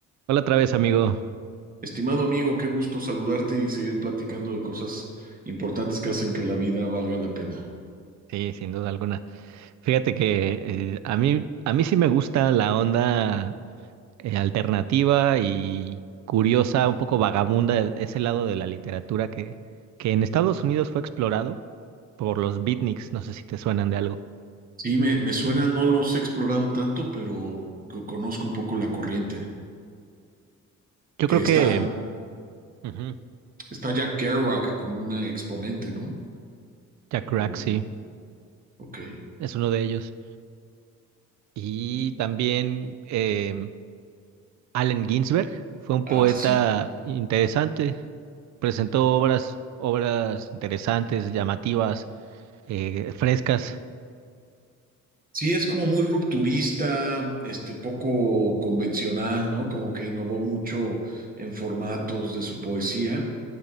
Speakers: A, on the right; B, on the right.
A: Hola otra vez, amigo.
B: Estimado amigo, qué gusto saludarte y seguir platicando de cosas importantes que hacen que la vida valga la pena.
A: Sí, sin duda alguna. Fíjate que eh, a mí, a mí sí me gusta la onda eh, alternativa y curiosa, un poco vagabunda, e- ese lado de la literatura que, que en Estados Unidos fue explorado por los beatniks. No sé si te suenan de algo.
B: Sí, me, me suena, no los he explorado tanto, pero co- conozco un poco la corriente,
A: Yo
B: que
A: creo que
B: está,
A: ujú,
B: está Jack Kerouac como un exponente, ¿no?
A: Jack Kerouac,
B: O-
A: sí,
B: ok.
A: es uno de ellos. Y
B: Y-
A: también em, Allen Ginsberg fue un poeta
B: ah, sí.
A: interesante. Presentó obras, obras interesantes, llamativas eh, frescas.
B: Sí, es como muy rupturista, este poco convencional, ¿no? Como que innovó mucho en formatos de su poesía,